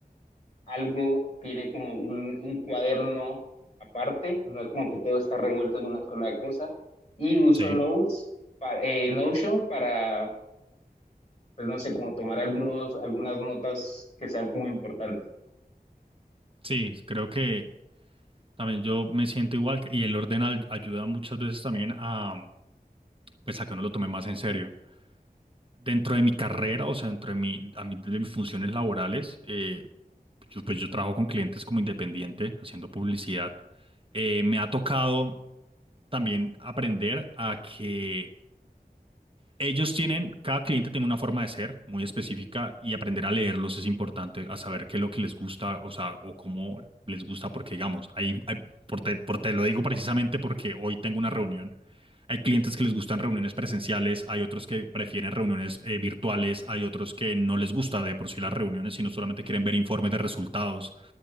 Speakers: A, on the left; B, on the right.
A: algo tiene como un, un cuaderno aparte, no es como que todo está revuelto en una sola cosa, y uso
B: Sí,
A: Notes, para, eh, Notion para, pues no sé, como tomar algunos, algunas notas que sean como importantes.
B: sí, creo que también yo me siento igual y el orden al- ayuda muchas veces también a, pues a que uno lo tome más en serio. Dentro de mi carrera, o sea, dentro de mi, a mí- de mis funciones laborales, eh, yo, pues yo trabajo con clientes como independiente, haciendo publicidad. Eh, me ha tocado también aprender a que Ellos tienen, cada cliente tiene una forma de ser muy específica y aprender a leerlos es importante, a saber qué es lo que les gusta, o sea, o cómo les gusta, porque digamos, hay, hay- por te, por te lo digo precisamente porque hoy tengo una reunión. Hay clientes que les gustan reuniones presenciales, hay otros que prefieren reuniones eh, virtuales, hay otros que no les gusta de por sí las reuniones, sino solamente quieren ver informes de resultados.